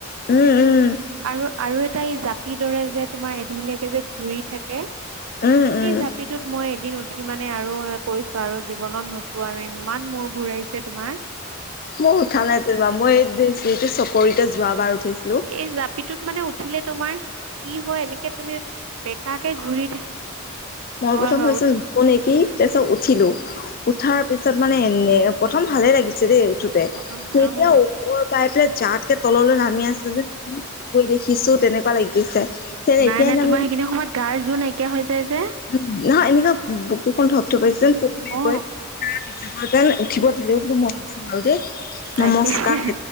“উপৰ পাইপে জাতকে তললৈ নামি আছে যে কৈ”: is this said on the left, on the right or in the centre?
Left